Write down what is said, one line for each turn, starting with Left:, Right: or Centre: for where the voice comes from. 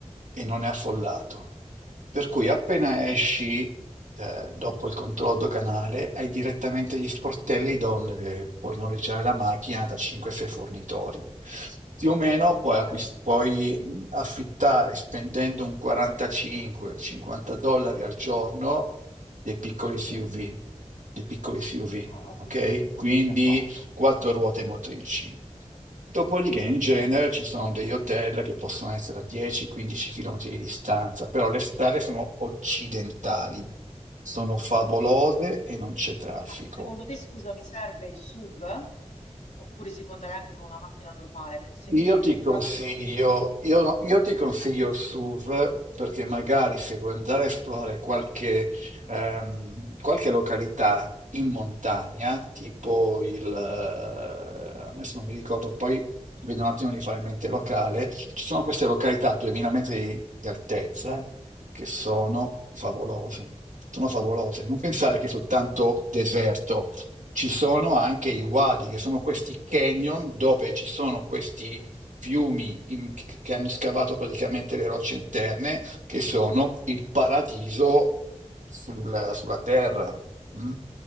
Right: e non è affollato. Per cui appena
Left: Mhm,
Right: esci, eh, dopo il controllo doganale, hai direttamente gli sportelli dove puoi noleggiare la macchina da 5-6 fornitori. Più o meno puoi,
Left: Ok.
Right: acquist- puoi affittare spendendo un 45-50 dollari al giorno dei piccoli
Left: Mhm.
Right: SUV, dei piccoli SUV
Left: Ah, addirittura.
Right: ok?
Left: Ah,
Right: Quindi
Left: beh, poco, poco.
Right: quattro ruote motrici. Dopodiché in genere ci sono degli hotel che possono essere a 10-15 km di distanza, però le strade sono occidentali, sono favolose e non c'è traffico.
Left: Ma secondo te, scusa, mi serve il SUV? Oppure si può andare anche con una macchina normale? Perché se
Right: Io
Left: mi dici
Right: ti
Left: che le strade
Right: consiglio,
Left: sono ottime,
Right: io, no- io ti consiglio il SUV perché magari se vuoi andare a esplorare qualche, ehm, qualche località in montagna, tipo il, eh, adesso non mi ricordo, poi vedo un attimo di fare in mente il locale, ci sono queste località a 2000 metri di altezza che sono favolose, sono favolose. Non pensare che è soltanto
Left: mamma mia,
Right: deserto ci sono anche
Left: mamma
Right: i wadi,
Left: mia,
Right: che sono questi canyon dove ci sono questi fiumi in- che hanno scavato praticamente le rocce interne, che sono il
Left: pazzesco.
Right: paradiso sul- sulla terra. mm?